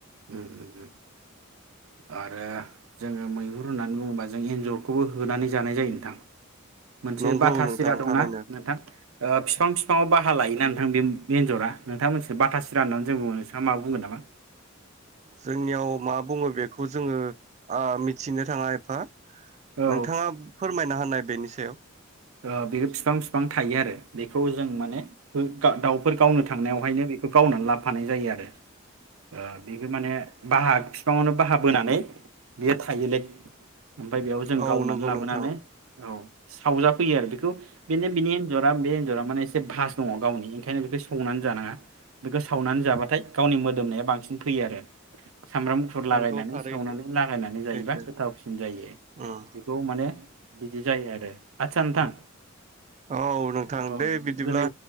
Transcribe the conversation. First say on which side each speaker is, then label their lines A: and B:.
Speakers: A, on the right; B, on the right.
A: उम उम। आरो जोङो मैहुर होननानै बुङोबा जों एन्जरखौबो होनानै जानाय जायो नोंथां। मोनसे
B: नंगौ
A: बाथा
B: नोंथां
A: सिरा दंना
B: थारैनो
A: नोंथां? ओ फिफां फिफां आव बाहा लायोना नोंथां बे एन्जरा नोंथांमोनसि बाथासिरा होननानै जों बुङो नोंसाङा मा बुंगोन नामा?
B: जोंनियाव मा बुङो बेखौ जोङो ओ मिथिनो थाङा एफा
A: औ
B: नोंथाङा फोरमायना होनाय बेनि सायाव
A: बेबो फिफां फिफां थायो आरो बेखौ जों माने दाउफोर गावनो थांनायावहायनो बेखौ गावनानै लाफानाय जायो आरो। ओ बेबो माने बाहा फिफाङावनो बाहा बोनानै बेयो थायोलै ओमफ्राय बेयाव जों
B: औ
A: गावनानै
B: नंगौ
A: लाबोनानै
B: नोंथां
A: औ। सावजा फैयो आरो बे बिखौ बिनि बिनि एनजर दा बे एन्जरा माने एसे भास दङ गावनि ओंखायनो बेखौ संनानै जानाङा बेखौ सावनानै जाबाथाय गावनि मोदोमनाया बांसिन फैयो आरो। सामब्राम गुफुर लागायनानै
B: नंगौ थारैनो
A: सावनानै लागायनानै
B: सैथो
A: जायोबा गोथावसिन जायो
B: उम
A: बेखौ माने बिदि जायो आरो। आतसा नोंथां
B: औ नोंथां
A: औ
B: दे बिदिब्ला
A: दिनै